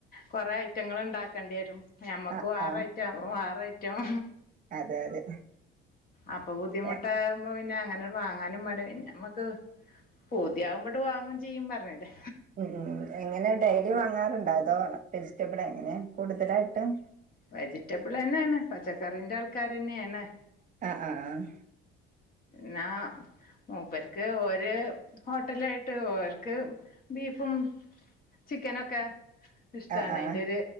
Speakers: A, on the left; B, on the right.
A: കൊറെേ ഐറ്റങ്ങള്ണ്ടാക്കേണ്ടി വരും. ഞമ്മക്ക്
B: ആഹ്
A: വേറ ഐറ്റം അവർ വേറ ഐറ്റം.
B: അതെ അതെ
A: അപ്പൊ ബുദ്ധിമുടട്ടാകുമ്പോ
B: എ
A: പിന്നെ അങ്ങനെ വാങ്ങാനും മടിയ. പിന്നെ മ്മക്ക് പൂതിയാവുമ്പോട് വാങ്ങും ചെയ്യും പറഞ്ഞില്ലേ?
B: മ്മ്ഹ് എങ്ങനെ ഡെയിലി വാങ്ങാറുണ്ടോ? അതോ വെജിറ്റബിൾ എങ്ങനെയ കൂടുതലായിട്ടും?
A: വെജിറ്റബിളെന്നെയാണ്. പച്ചക്കറിന്റെ ആൾക്കാറെന്നെയാണ്.
B: ആഹ് ആഹ് ആഹ്
A: ന്നാ മൂപ്പർക്ക് ഒരു ഹോട് ട്ടലായിട്ട് ഓർക്ക് ബീഫും ചിക്കനൊക്കെ ഇഷ്ടാണ്.
B: ആഹ് ആഹ്
A: അയ്ന്റെ ഒരു